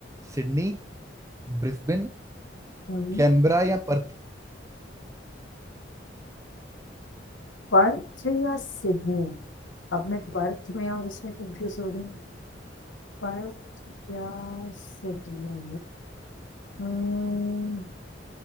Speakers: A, on the right (about 15°); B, on the left (about 85°).
A: सिडनी ब्रिस्बेन
B: हम्म,
A: कैनबरा या पर्थ
B: पर्थ या सिडनी अब मैं पर्थ में और इसमें कंफ्यूज हो रही हूँ पर्थ या सिडनी हम्म